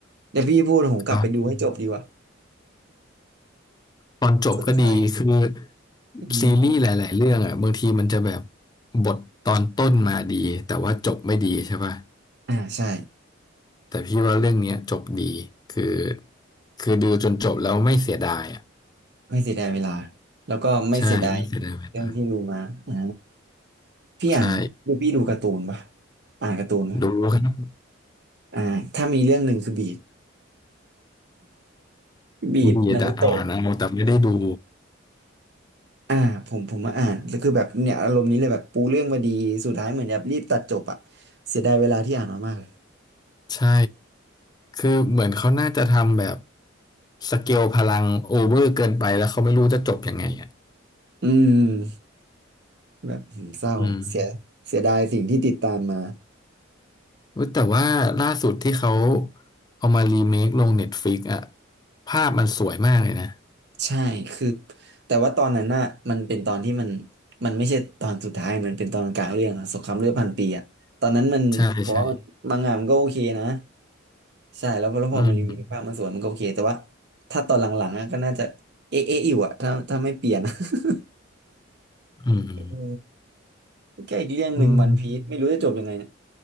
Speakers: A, on the right; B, on the left.
A: เดี๋ยวพี่พูดผมกลับไปดูให้จบดีกว่า
B: ก็ตอนจบก็ดีคือ
A: <laughs> สนใจอืม
B: ซีรีส์หลายๆเรื่องอ่ะบางทีมันจะแบบบทตอนต้นมาดีแต่ว่าจบไม่ดีใช่ป่ะ
A: อ่าใช่
B: แต่พี่ว่าเรื่องเนี้ยจบดีคือคือดูจนจบแล้วไม่เสียดายอ่ะ
A: ไม่เสียดายเวลาแล้วก็ไม่เสียดาย
B: ใช่ไม่เสียดายเวลา
A: เรื่องที่ดูมาอ่าพี่อ่านดูพี่ดูการ์ตูนปะ
B: ใช่
A: อ่านการ์ตูนไหม
B: ดูครับ
A: อ่าถ้ามีเรื่องหนึ่งคือบีดบีดนารูโตะ
B: มีแต่อ่านเอาแต่ไม่ได้ดู
A: อ่าผมผมมาอ่านแล้วคือแบบเนี่ยอารมณ์นี้เลยแบบปูเรื่องมาดีสุดท้ายเหมือนแบบรีบตัดจบอะเสียดายเวลาที่อ่านมามากเลย
B: ใช่คือเหมือนเขาน่าจะทำแบบสเกลพลังโอเวอร์เกินไปแล้วเขาไม่รู้จะจบยังไงอ่ะ
A: อืมแบบอืมเศร้าเสียเสียดายสิ่งที่ติดตามมา
B: อืม เว้ยแต่ว่าล่าสุดที่เขาเอามารีเมคลงเน็ตฟลิกอะภาพมันสวยมากเลยนะ
A: ใช่คือแต่ว่าตอนนั้นน่ะมันเป็นตอนที่มันมันไม่ใช่ตอนสุดท้ายมันเป็นตอนกลางเรื่องอะสงครามเลือดพันปีอะตอนนั้นมันผมว่ามันมังงะมันก็โอเคนะ
B: ใช่ใช่
A: ใช่แล้วพอแล้วพอมันมีภาพมันสวยมันก็โอเคแต่ว่า
B: อืม
A: ถ้าตอนหลังๆอะก็น่าจะเอ๊ะเอ๊ะอยู่อะถ้าถ้าไม่เปลี่ยนอะ <laughs>
B: อืม
A: เออ แก้อีกเรื่องหนึ่งวันพีซไม่รู้จะจบยังไงเนี่ย
B: อืม